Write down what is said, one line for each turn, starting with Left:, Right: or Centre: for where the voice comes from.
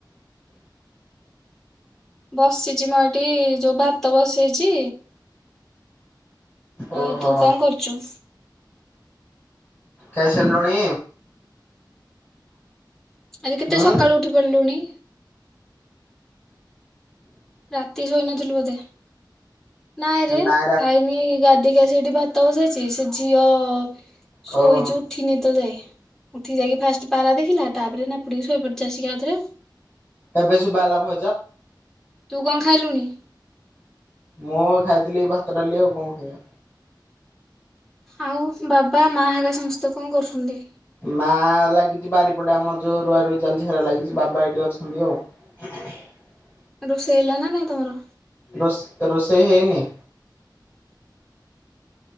Centre: ବସିଛି ମଁ ଏଠି ଯୋଉ ଭାତ ବସେଇଛି।
Left: ଓହୋ।
Centre: ଆଉ ତୁ କଣ କରୁଛୁ?
Left: ଖାଇ ସାରିଲୁଣି।
Centre: ଆଜି କେତେ
Left: ହୁଁ
Centre: ସକାଳୁ ଉଠି ପଡିଲୁଣି। ରାତି ଶୋଇ ନଥିଲୁ ବୋଧେ ନାଇଁରେ
Left: ନାଇଁ ରା
Centre: ଖାଇନି ଗାଧି ସେଇଠି ଭାତ ବସେଇଛି ସେ ଝିଅ
Left: ଓହୋ
Centre: ଶୋଇଚି ଉ ଉଠିନି ଏତଳ ଯାଏ ଉଠି ଯାଇକି ଫାଷ୍ଟ ପାରା ଦେଖିଲା ତାପରେ ନାପୁଡ଼ିକ ଶୋଇପଡ଼ିଛି ଆସିକ ଆଉଥରେ ଆଉ।
Left: ଏବେ ଶୁଭା ହେଲା <inaudible>
Centre: ତୁ କଣ ଖାଇଲୁଣି?
Left: ମୁଁ ଖାଇଥିଲି ଭାତ ଡାଲି ଆଉ କଣ ଖାଇବା।
Centre: ଆଉ ବାବା ମା ହେରେକା ସମସ୍ତେ କଣ କରୁଛନ୍ତି।
Left: ମା ଲାଗିଛି ବାରିପଟେ ଆମର ଯୋଉ ରୁଆରୁଇ ଚାଲିଛି ହେରା ଲାଗିଛି ବାବା ଏଇଠି ଅଛନ୍ତି ଆଉ <inaudible>
Centre: ରୋସେଇ ହେଲା ନା ନାଇ ତମର
Left: ରୋଷ ରୋଷେଇ ହେଇନି।